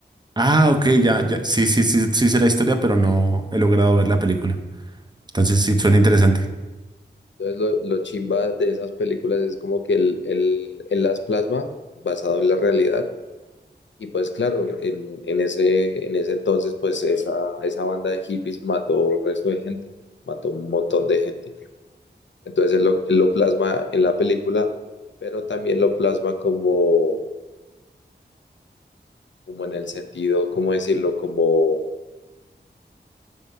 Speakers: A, on the right; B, on the left.
A: Ah, ok, ya, ya. Sí, sí, sí, sí sé la historia, pero no he logrado ver la película. Entonces sí, suena interesante.
B: Entonces lo, lo chimba de esas películas es como que él, él- él las plasma basado en la realidad. Y pues claro, en, en ese, en ese entonces pues esa, esa banda de hippies mató el resto de gente, mató un montón de gente. Entonces él lo, él lo plasma en la película, pero también lo plasma como, como en el sentido, ¿cómo decirlo? Como